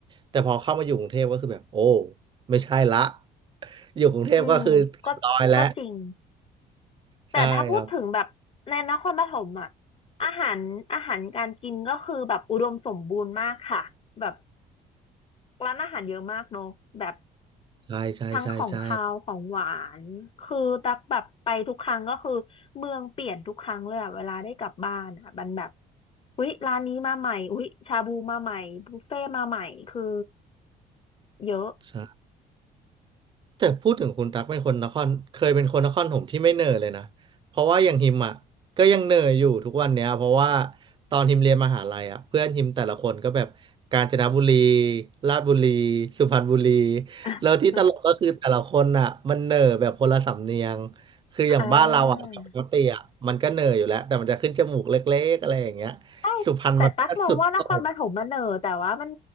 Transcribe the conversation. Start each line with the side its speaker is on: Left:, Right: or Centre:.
Right: แต่พอเข้ามาอยู่กรุงเทพก็คือแบบโอ้ไม่ใช่ละ อยู่กรุงเทพก็คือเรียบร้อยแล้ว
Left: อืมก็ก็จริง แต่ถ้าพูดถึงแบบในนครปฐมอ่ะ
Right: ใช่ครับ
Left: อาหารอาหารการกินก็คือแบบอุดมสมบูรณ์มากค่ะแบบร้านอาหารเยอะมากเนอะแบบ
Right: ใช่ใช่ใช่ใช่
Left: ทั้งของคาวของหวานคือตักแบบไปทุกครั้งก็คือเมืองเปลี่ยนทุกครั้งเลยอะเวลาได้กลับบ้านอะมันแบบอุ๊ยร้านนี้มาใหม่อุ๊ยชาบูมาใหม่บุฟเฟ่มาใหม่คือเยอะ
Right: ใช่แต่พูดถึงคุณตั๊กเป็นคนนครเคยเป็นคนนครผมที่ไม่เหน่อยเลยนะเพราะว่าอย่างฮิมอ่ะก็ยังเหน่อยอยู่ทุกวันเนี้ยเพราะว่าตอนฮิมเรียนมหาลัยอ่ะเพื่อนฮิมแต่ละคนก็แบบกาญจนบุรีราชบุรีสุพรรณบุรี
Left: <laughs>
Right: แล้วที่ตลกก็คือแต่ละคนอ่ะมันเหน่อยแบบคนละสำเนียงคืออย่างบ้านเราอ่ะปกติอ่ะมันก็เหน่อยอยู่แล้วแต่มันจะขึ้นจมูกเล็กๆอะไรอย่างเงี้ย
Left: อ่า ใช่แต่ตั๊กมองว่านครปฐมมันเหน่อแต่ว่ามัน
Right: สุพรรณมันก็สุดโต่ง